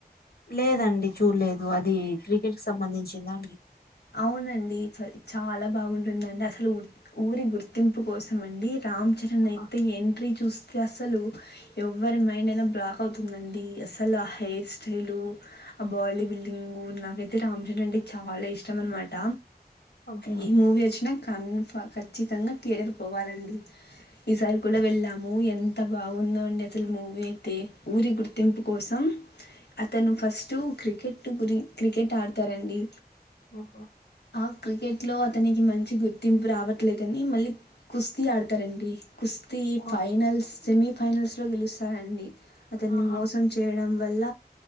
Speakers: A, on the left; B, on the left.
A: లేదండి చూడలేదు అది క్రికెట్ కి సంబంధించిందా అండి
B: అవునండి చాలా బాగుంటుందండి అసలు ఊరి గుర్తింపు కోసం అండి రామ్ చరణ్
A: ఆహా
B: అయితే ఎంట్రీ చూస్తే అసలు ఎవరి మైండ్ అయినా బ్లాక్ అవుతుందండి అసలు ఆ హెయిర్ స్టైలు ఆ బాడీ బిల్డింగ్ నాకైతే రామ్చంద్ అంటే చాలా ఇష్ ష్టం అనమాట
A: ఓకే
B: ఈ మూవీ వచ్చినా కన్ఫ ఖచ్చితంగా థియేటర్ పోవాలండి ఈసారి కూడా వెళ్ళాము ఎంత బావుందో అండి అసలు మూవీ అయితే ఊరి గుర్తింపు కోసం అతను ఫస్ట్ క్రికెట్ గురి క్రికెట్ ఆడతారండి.
A: ఉహు
B: ఆ క్రికెట్లో అతనికి మంచి గుర్తింపు రావట్లేదని మళ్ళీ కుస్తీ ఆడతారండి. కుస్తీ
A: ఓకే.
B: ఫైనల్స్ సెమీఫైనల్స్లో గెలుస్తారండి అతన్ని
A: ఆహా
B: మోసం చేయడం వల్ల